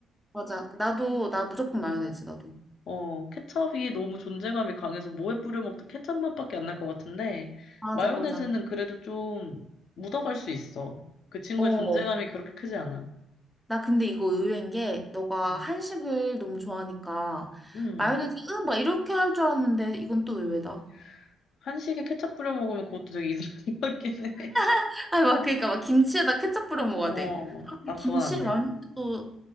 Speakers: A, in the centre; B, on the left (about 70°).
A: 맞아. 나도 나 무조건 마요네즈 나도.
B: 어, 케첩이 너무 존재감이 강해서 뭐에 뿌려 먹든 케첩 맛밖에 안 날 것 같은데,
A: 맞아,
B: 마요네즈는
A: 맞아.
B: 그래도 좀 묻어갈 수 있어. 그 친구의
A: 어,
B: 존재감이 그렇게 크지 않아.
A: 나 근데 이거 의외인 게 너가
B: 응,
A: 한식을 너무 좋아하니까
B: 응.
A: 마요네즈 으, 막 이렇게 할 줄 알았는데 이건 또
B: 응.
A: 의외다.
B: 한식에 케첩 뿌려 먹으면 그것도 되게 이상한 것 같긴 해. <laughs>
A: <laughs> 아니 막 그러니까 막 김치에다 케첩 뿌려 먹어야
B: 어,
A: 돼. 근데
B: 아,
A: 김치에
B: 그건 안 돼.
A: 마요네즈도